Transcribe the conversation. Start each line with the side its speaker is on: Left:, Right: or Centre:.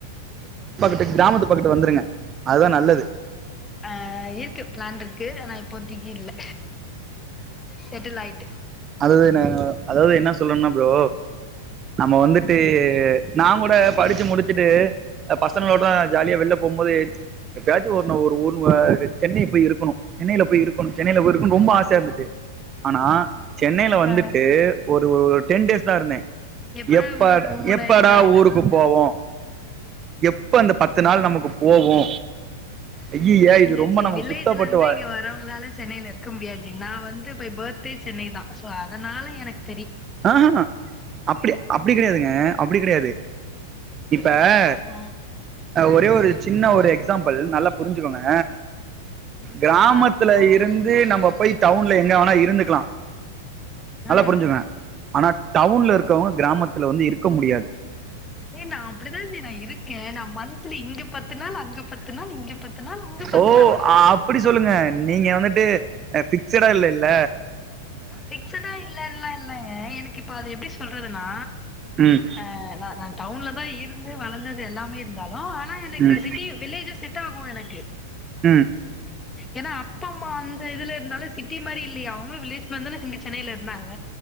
Right: ட்டு கிராமத்து பக்கட்டு வந்துருங்க அதுதா நல்லது
Left: ஆ இருக்கு ப்ளான்ருக்கு ஆனா இப் இப்போ திக்கி இல்ல செட்டிலாயிட்டு
Right: அதுதான அதாது என்ன சொல்ணுனா ப்ரோ நம்ம வந்துட்டு நாங்கூட படிச்சு முடிச்சுட்டு பசங்களோட ஜாலியா வெள்ல போம்போது எப்பயாச்சு ஒன்னு ஒரு ஒன் ‌வ சென்னை போய் இருக்கணு சென்னைல போய் இருக்கணு சென்னைல போய் இருக்கனு ரொம்ப ஆ சயா இருந்துச்சு ஆனா சென்னைல
Left: ஆ
Right: வந்துட்டு ஒரு ஒ டென்டேஸ் தா இருந்தே
Left: எப்படா
Right: எப்ப
Left: ஊருக்கு மூணு
Right: எப்படா
Left: ஆயிடுச்சா
Right: ஊருக்கு போவோ எப்ப அந்த பத்து நாள் நமக்கு போவு ஐய்யய இது
Left: இல்ல
Right: ரொம்ப
Left: ஜி
Right: நமக்கு
Left: வில்லேஜுலந்து
Right: சுத்தப்பட்டு வ
Left: இங்க வரவங்ளால சென்னைல இருக்க முடியாஜி நா வந்து பை பர்த்தே சென்னை தா சோ அதனால எனக்
Right: ஆ ஹ அப்டி அப்டி கெடையாதுங்க அப்டி கெடையாது இப்ப
Left: ஆ
Right: ஒரே ஒரு சின்ன ஒரு எக்ஸாம்பிள் நல்லா புரிஞ்சிக்கோங்க கிராமத்துல
Left: ஆ,
Right: இருந் இப்பே நம்ப போய் டவுன்ல எங்க வேனா இருந்துக்கலா நல்லா
Left: ம்
Right: புரிஞ்சுங்க ஆனா டவுன்ல இருக்கவங்க கிராமத்துல வந்து இருக்க முடியாது
Left: ஏ நான் அப்படிதான் நான் இருக்கேன் நான் மந்த்லி இங்க பத்து நாள் அங்க பத்து நாள் இங்க பத்து நாள் அங்க பத்து
Right: ஓ
Left: நாள்
Right: அப்படி சொல்லுங்க நீங்க வந்துட்டு பிக்சடா இல்ல இல்ல
Left: பிக்ஸ்டா இல்லன்னல்லாம் இல்லைங்க எனக்கு இப்ப அது எப்பிடி சொல்றதுனா
Right: ம்
Left: ஆஹ் நான் டவுன்ல தான் இருந்து வளர்ந்தது எல்லாமே ஆ ஓ ஆனா எனக்கு
Right: ம்
Left: சிட்டி வில்லேஜும் செட் ஆகும் எனக்கு
Right: ம்
Left: ஏன்னா அப்பா அம்மா அந்த இதுல இருந்தாலும் சிட்டி மாரி இல்லயா அவங்களும் வில்லேஜ் மரித்தன <unintelligible> சென்னையில இருந்தாங்க